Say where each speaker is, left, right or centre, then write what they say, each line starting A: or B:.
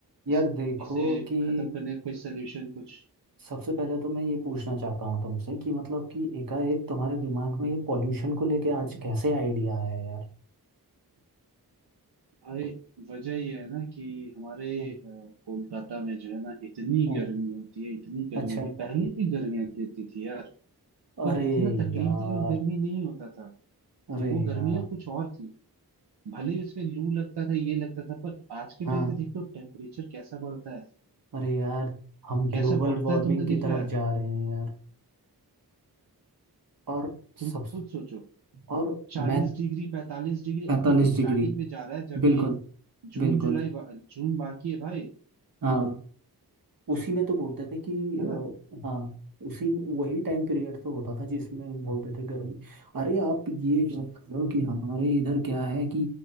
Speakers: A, on the right; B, on the right.
A: यार
B: इस
A: देखो
B: इसे
A: कि
B: खत्म करने का कोई सलूशन कुछ
A: सबसे पहले तो मैं ये पूछना चाहता हूँ तुमसे कि मतलब कि एकाएक तुम्हारे दिमाग में ये पॉल्यूशन को लेके आज कैसे आइडिया आया यार
B: भाई वजह यह है ना कि हमारे
A: हम्म,
B: अ, कोलकाता में जो है ना इतनी
A: हम्म,
B: गर्मी होती है इतनी गर्मी
A: अच्छा
B: होती है पहले भी गर्मियां गिरती थी यार पर
A: अरे
B: इतना तकलीफदायक
A: यार
B: गर्मी नहीं होता था
A: अरे
B: ये वो
A: यार
B: गर्मियां कुछ और थी भले ही उसमें लू लगता था ये लगता था पर आज के
A: हाँ
B: टाइम पे देखते हो टेम्परेचर कैसा बढ़ता है
A: अरे यार हम
B: कैसा
A: ग्लोबल
B: बढ़ता
A: वार्मिंग
B: है तुमने
A: की
B: देखा
A: तरफ
B: है
A: जा रहे हैं और सब
B: तुम खुद सोचो
A: और
B: चालीस
A: मैथ
B: डिग्री पैंतालीस डिग्री
A: पैंतालीस
B: अभी के
A: डिग्री
B: स्टार्टिंग में जा रहा है जबकि
A: बिल्कुल
B: जून
A: बिल्कुल
B: जुलाई बा, जून बाकी है भाई
A: हाँ उसी में तो बोलते थे कि
B: है
A: अ,
B: ना
A: हाँ उसी वही टाइम पीरियड तो होता था जिसमें बोलते थे गर्मी अरे आप ये चेक करो कि हमारे इधर क्या है कि